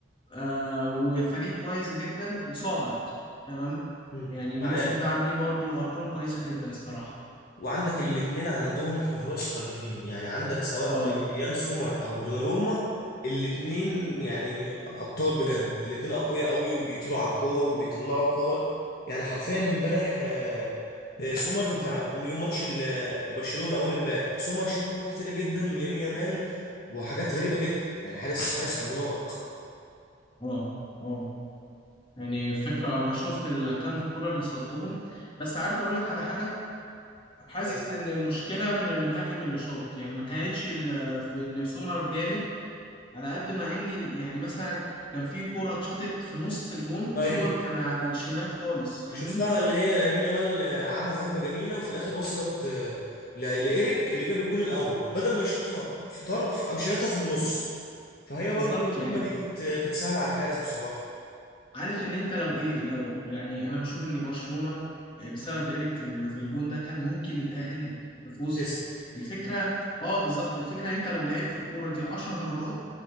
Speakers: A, on the left (about 25°); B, on the left (about 50°).
A: آه وفريق كويس جدا وصاعد تمام
B: مم.
A: يعني الموسم
B: معاك
A: ده عاملين برضو ارقام كويسه جدا الصراحه
B: وعندك الاتنين عندهم حراس خارقين يعني عندك سواء
A: اه
B: ب- يان سومر او دوناروما الاتنين يعني ابطال بجد الاتنين اقوياء قوي وبيطيروا على الكور وبيطلعوا كور يعني حرفيا امبارح آه، آه، سومر بتاع يوم ماتش ال- آه، برشلونة اول امبارح سومر شال كور كتيرة جدا من يمين يامال وحاجات غريبة جدا يعني حارس حارس عملاق
A: اه اه يعني فكره انا شفت ال- كام كره اللي صدهم بس عارف اقول لك على حاجه حاسس
B: ايوه
A: ان المشكله من المهاجم اللي شاط يعني ما كانتش ال- في ان سومر جامد على قد ما ان ال- يعني مثلا كان في كره اتشاطت في نص الجون وسومر
B: ايوه
A: كان على الشمال خالص فاهمني
B: شفتها اللي هي يمين يامال آه، عمل هجمه جميله وفي الاخر وصلت آه، ل- لايريك اللي جاب الجون الاول بدل ما يشوطها في طرف قام شايطها في النص فهي
A: بالظبط
B: برضو الهجمه
A: يعني
B: دي كانت آه، كانت سهله على الحارس بصراحه
A: عارف ان انت لو ايه لو يعني انا بشوف ان برشلونة آه، بسبب ايريك في ال- في الجون ده كان ممكن يتأهل بفوز
B: تسلم
A: الفكرة اه بالظبط الفكرة إن انت لو لعبت الكورة دي 10 مرات